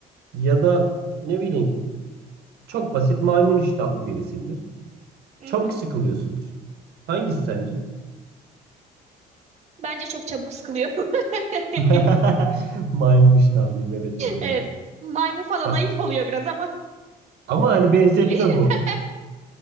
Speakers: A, on the right; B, on the right.
A: Ya da ne bileyim çok basit maymun iştahlı birisindir.
B: hı
A: Çabuk
B: hı.
A: sıkılıyorsundur. Hangisi sence?
B: Bence çok çabuk sıkılıyorum. <laughs>
A: <laughs> Maymun iştahlıyım evet bu doğru.
B: Evet maymun falan
A: Bak
B: ayıp oluyor biraz ama
A: ama hani benzetme
B: <laughs>
A: bu.